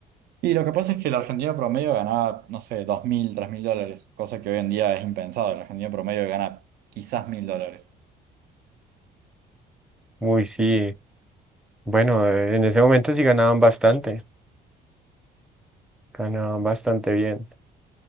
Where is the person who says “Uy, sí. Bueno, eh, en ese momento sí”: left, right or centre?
Centre